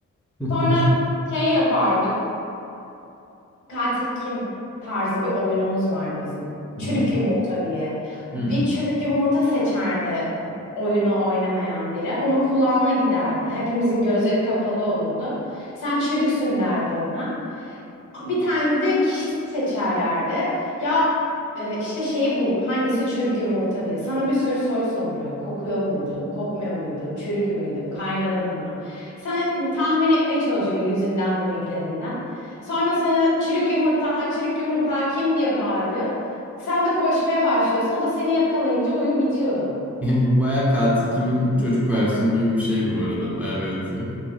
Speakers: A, in the centre; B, on the left (about 70°).
A: <laughs>
B: Sonra şey yapardık. Katil kim tarzı bir oyunumuz vardı bizim.
A: Hı
B: Çürük
A: hı,
B: yumurta diye.
A: hı.
B: Bir çürük yumurta seçerdi oyunu oynamayan biri. Onun kulağına giderdi. Hepimizin gözleri kapalı olurdu. Sen çürüksün derdi ona. Bir tane de kişi seçerlerdi. Ya e, işte şeyi bul. Hangisi çürük yumurta diye. Sana bir sürü soru soruyor. Kokuyor muydun? Kokmuyor muydun? Çürük müydün? Kaynadın mı? Sen tahmin etmeye çalışıyor yüzünden, mimiklerinden. Sonra sana çürük yumurta, çürük yumurta kim diye bağırıyor. Sen de koşmaya başlıyorsun. O da seni yakalayınca oyun bitiyordu.
A: Yani bu baya katil kimin çocuk versiyonu gibi bir şey bu arada. Baya benziyor.